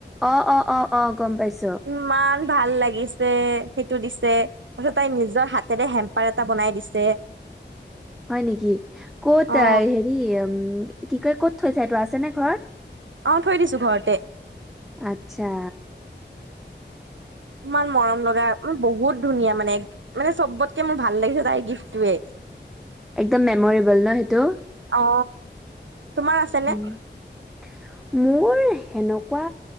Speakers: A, in the centre; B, on the right (about 85°).
A: অ অ অ অ গম পাইছো।
B: ইমান ভাল লাগিছে সেইটো দিছে তাৰছত তাই নিজৰ হাতেৰে হেম্পাৰ এটা বনাই দিছে।
A: <unintelligible> <inaudible> হয় নেকি ক'ত
B: অ
A: হেৰি উম কি কয় ক'ত থৈছ এইটো আছে নে ঘৰত।
B: অ থৈ দিছো ঘৰতে
A: আচ্ছা
B: ইমান মৰম লগা বহুত ধুনীয়া মানে মানে চবতকে মোৰ ভাল লাগিছে তাই গিফ্টোৱে।
A: একদম মেমৰেবল ন সেইটো।
B: অ তোমাৰ আছে নে?
A: উম মোৰ সেনেকুৱা